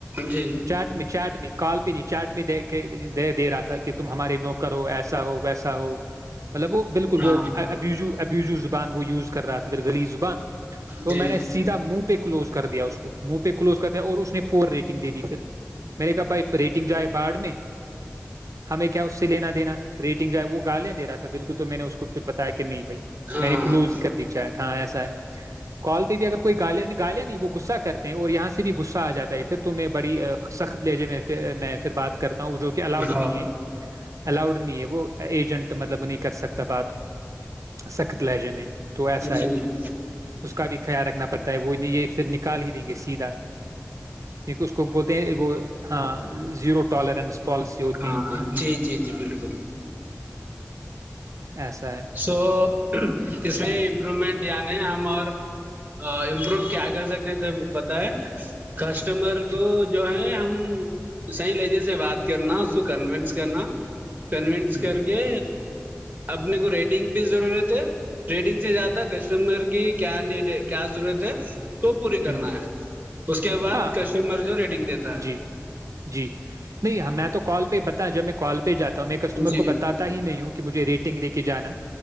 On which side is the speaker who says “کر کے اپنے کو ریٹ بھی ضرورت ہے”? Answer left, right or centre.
Right